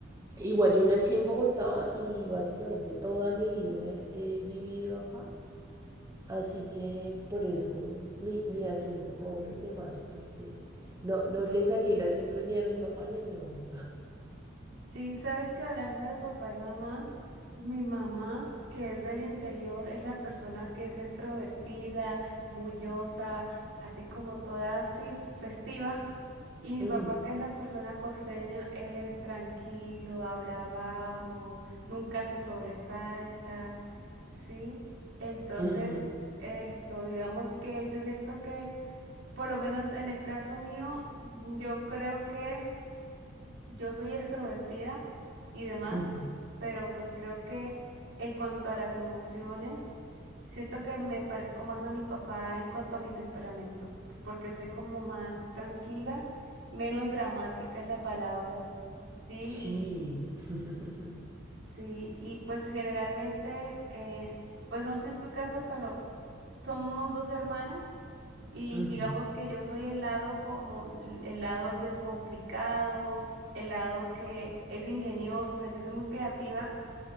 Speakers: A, on the right (about 20°); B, on the right (about 75°).
A: igual yo nací en Bogotá y básicamente toda mi vida he, he vivido acá, así que por eso mi, mi acento rolo y demás, porque no, no le saqué el acento ni a mi papá ni a mi mamá.
B: Sí, sabes que hablando de papá y mamá, mi mamá, que es del interior, es la persona que es extrovertida, bullosa, así como toda así festiva. Y mi
A: Ujú,
B: papá, que es la persona costeña, él es tranquilo, habla bajo, nunca se sobresalta, ¿sí? Entonces,
A: ujú,
B: esto, digamos que yo siento que, por lo menos en el caso mío, yo creo que... Yo soy extrovertida y demás,
A: ujú.
B: pero pues creo que en cuanto a las emociones, siento que me parezco más a mi papá en cuanto a mi temperamento, porque soy como más tranquila, menos dramática es la palabra. Sí,
A: Sí.
B: mm,
A: <laughs>
B: sí, y pues generalmente, eh, pues no sé en tu casa, pero somos dos hermanas y
A: Ujú,
B: digamos que yo soy el lado como el el lado descomplicado, el lado que es ingenioso, o sea, yo soy muy creativa